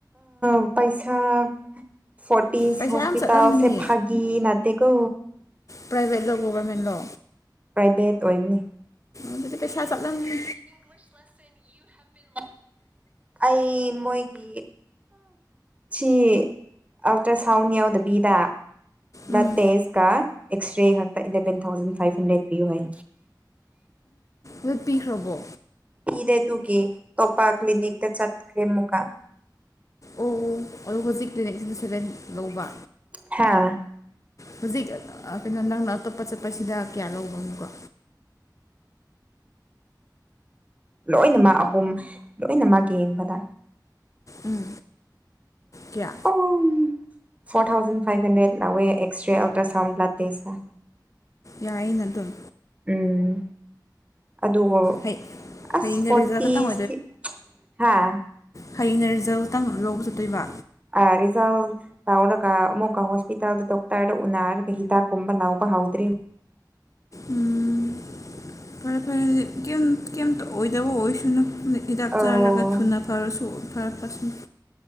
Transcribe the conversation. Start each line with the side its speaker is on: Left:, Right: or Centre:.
Right: ꯎ ꯄꯩꯁꯥ ꯐꯣꯔꯇꯤꯁ
Left: ꯄꯩꯁꯥ
Right: ꯍꯣꯁꯄꯤꯇꯥꯜꯁ
Left: ꯌꯥꯝ ꯆꯠꯂꯝꯃꯅꯤ
Right: ꯐꯥꯒꯤ ꯅꯠꯇꯦꯀꯣ
Left: ꯄ꯭ꯔꯥꯏꯚꯦꯠꯂꯣ ꯒꯣꯕꯔꯃꯦꯟꯂꯣ
Right: ꯄ꯭ꯔꯥꯏꯚꯦꯠ ꯑꯣꯏꯕꯅꯤ
Left: ꯑꯗꯨꯗꯤ ꯄꯩꯁꯥ ꯆꯠꯂꯝꯃꯅꯤ
Right: <unintelligible> ꯑꯩ ꯃꯣꯏꯒꯤꯑ ꯁꯤ ꯑꯜꯇ꯭ꯔ ꯁꯥꯎꯟ ꯌꯥꯎꯗꯕꯤꯗ ꯕ꯭ꯂꯠ
Left: ꯎꯝ
Right: ꯇꯦꯁꯀ ꯑꯦꯛꯁꯔꯦ ꯈꯛꯇ ꯏꯂꯚꯦꯟ ꯊꯥꯎꯖꯟ ꯐꯥꯏꯚ ꯍꯟꯗ꯭ꯔꯦꯠ ꯄꯤꯌꯨ ꯍꯥꯏ
Left: ꯂꯣꯏꯄꯤꯈ꯭ꯔꯕꯣ
Right: ꯄꯤꯗꯦ ꯇꯨ ꯀꯦ ꯇꯣꯄꯥ ꯀ꯭ꯂꯤꯅꯤꯛ ꯇ ꯆꯠꯈꯔꯦ ꯑ ꯃꯨꯛꯀ
Left: ꯑꯣ ꯑꯗꯣ ꯍꯧꯖꯤꯛꯇꯤꯅꯦ ꯀ꯭ꯂꯤꯅꯤꯛꯁꯤꯗ ꯁꯚꯦꯟ ꯂꯧꯕ
Right: ꯍꯥꯥ
Left: ꯍꯧꯖꯤꯛ ꯑ ꯀꯩꯅꯣ ꯅꯪꯅ ꯑꯇꯣꯞꯄ ꯆꯠꯄꯁꯤꯗ ꯀꯌꯥ ꯂꯧꯕꯅꯣ ꯑꯀꯨꯛꯀ
Right: ꯂꯣꯏꯅꯃꯛ ꯑꯍꯨꯝ ꯂꯣꯏꯅꯃꯛ ꯌꯦꯡꯕꯗ
Left: ꯎꯝ ꯀꯌꯥ
Right: ꯑꯝ ꯐꯣꯔ ꯊꯥꯎꯖꯟ ꯐꯥꯏꯚ ꯍꯟꯗ꯭ꯔꯦꯗ ꯂꯥꯛꯋꯦ X ray ultrasound blood test
Left: ꯌꯥꯏꯅ‌ ꯑꯗꯨꯝ
Right: ꯎꯝ ꯑꯗꯨꯒ
Left: ꯍꯩ
Right: ꯑꯁ
Left: ꯍꯌꯦꯡꯅ
Right: ꯐꯔꯣꯇꯤꯁꯇꯤ
Left: ꯔꯤꯖꯜ ꯈꯛꯇꯪ
Right: ꯍꯥ
Left: ꯐꯪꯅ ꯔꯤꯖꯜꯇꯪ ꯂꯧꯕ ꯆꯠꯇꯣꯏꯕ
Right: ꯑ ꯔꯤꯖꯜ ꯇꯥꯎꯔꯒ ꯑꯃꯨꯛꯀ ꯍꯣꯁꯄꯤꯇꯥꯜꯗ ꯗꯣꯛꯇꯔꯗ ꯎꯅꯔꯒ ꯍꯤꯗꯥꯛꯀꯨꯝꯕ ꯂꯥꯎꯕ ꯍꯧꯗ꯭ꯔꯤ
Left: ꯎꯝ ꯐꯔꯦ ꯐꯔꯦ ꯑꯗꯨꯗꯤ ꯀꯩꯝ ꯀꯩꯝꯇ ꯑꯣꯏꯗꯕ ꯑꯣꯏꯁꯅꯨ ꯍꯤꯗꯥꯛ
Right: ꯑꯣ
Left: ꯆꯥꯔꯒ ꯊꯨꯅ ꯐꯔꯁꯨ ꯐꯔꯛꯄꯁꯨ